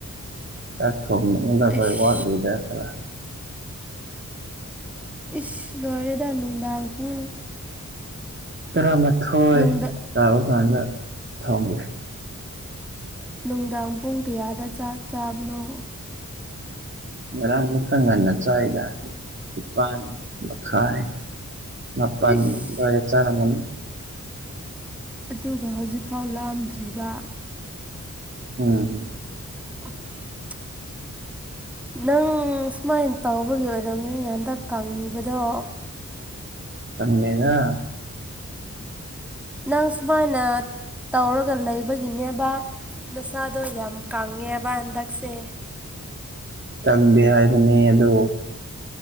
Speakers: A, on the right (about 40°); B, in the centre.
A: ꯆꯥꯛ ꯊꯣꯡꯅꯕ
B: ꯏꯁ
A: <unintelligible> ꯋꯥꯠꯂꯤꯗ ꯈꯔ
B: ꯏꯁ ꯂꯣꯏꯔꯦꯗ ꯅꯨꯡꯗꯥꯡ ꯄꯨꯡ
A: ꯇꯔꯥꯃꯥꯊꯣꯏ
B: ꯅꯨꯡꯗ
A: ꯇꯥꯕ ꯀꯥꯟꯗ ꯊꯣꯡꯒꯦ
B: ꯅꯨꯡꯗꯥꯡ ꯄꯨꯡ ꯀꯌꯥꯗ ꯆꯥꯛ ꯆꯥꯕꯅꯣ
A: ꯉꯔꯥꯡꯗ ꯈꯔ ꯉꯟꯅ ꯆꯥꯏꯗ ꯅꯤꯄꯥꯟ ꯃꯈꯥꯏ ꯃꯄꯟ
B: ꯑꯩꯁ
A: ꯑꯗꯨꯋꯥꯏꯗ ꯆꯔꯝꯃꯅꯤ
B: ꯑꯗꯨꯒ ꯍꯧꯖꯤꯛꯐꯥꯎ ꯂꯥꯝꯗ꯭ꯔꯤꯕ
A: ꯎꯝ
B: <unintelligible> ꯅꯪ ꯁꯨꯃꯥꯏꯅ ꯇꯧꯕꯒꯤ ꯑꯣꯏꯔꯝꯅꯤ ꯍꯟꯗꯛ ꯀꯪꯉꯤꯕꯗꯣ
A: ꯈꯪꯗꯦꯗ
B: ꯅꯪ ꯁꯨꯃꯥꯏꯅ ꯇꯧꯔꯒ ꯂꯩꯕꯒꯤꯅꯦꯕ ꯅꯁꯥꯗꯣ ꯌꯥꯝ ꯀꯪꯉꯦꯕ ꯍꯟꯗꯛꯁꯦ
A: ꯀꯪꯗꯦ ꯍꯥꯏꯕꯅꯦ ꯑꯗꯣ